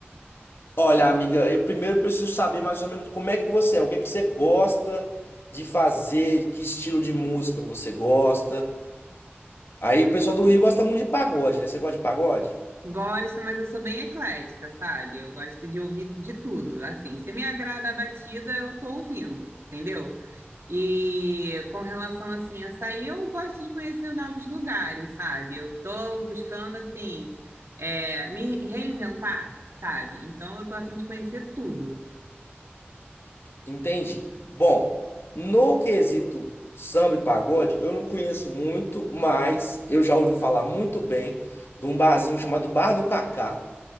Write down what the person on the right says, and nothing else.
Gosto, mas eu sou bem eclética, sabe? Eu gosto de ouvir de tudo. Assim, se me agrada a batida, eu tô ouvindo, entendeu? E com relação assim a sair, eu gosto de conhecer novos lugares, sabe? Eu tô buscando assim é, me reinventar, sabe? Então eu tô a fim de conhecer tudo.